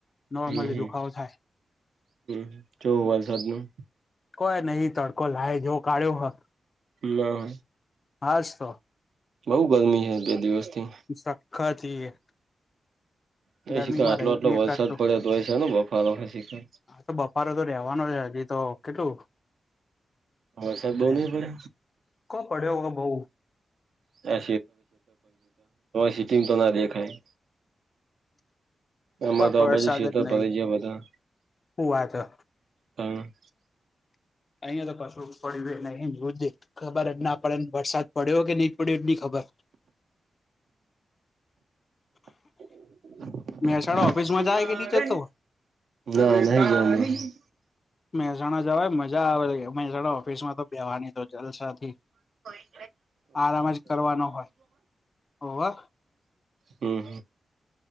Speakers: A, on the left (about 45°); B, on the right (about 75°).
A: નોર્મલી
B: હમ હમ
A: દુખાવો થાય
B: હ જો વરસાદનું
A: કોઈ નહી તડકો લાય જેવો કાઢ્યો હે
B: ના
A: હાસ્તો
B: બઉુ ગરમી છે બે દિવસ થી.
A: <unintelligible>
B: <unintelligible>
A: ગરમીમાં
B: આટલો
A: રહી
B: આટલો
A: જ નહી
B: વરસાદ
A: એકાદ તો
B: પડ્યો તોય છે ને બફારો હજી તો.
A: તો બફારો તો રેવાનો હજી તો કેટલું
B: વરસાદ બહુ
A: રે
B: નહી
A: છે
B: પડે
A: કો પડ્યો હ બહુ
B: <unintelligible> સીટીંગ તો ના દેખાય. એમાં
A: પણ
B: તો આ
A: વરસાદ
B: બાજુ
A: જ નહી
B: <unintelligible> બધા
A: હું વાત હ.
B: હ
A: અહિયાં તો કશું પડ્યુ એ નહીં <unintelligible> ખબર જ ના પડેને વરસાદ પડ્યો કે નહી પડ્યો એજ ની ખબર.
B: <inaudible>
A: મહેસાણા
B: ના
A: ઓફિસ માં જાય કે નહી જતો
B: <unintelligible>
A: મેહસાણા જવાય મજા આવે એમ. <unintelligible> ઓફિસ માં તો બેવાની તો જલસાથી
B: <unintelligible>
A: આરામ જ કરવાનો હોય હોવે
B: હમ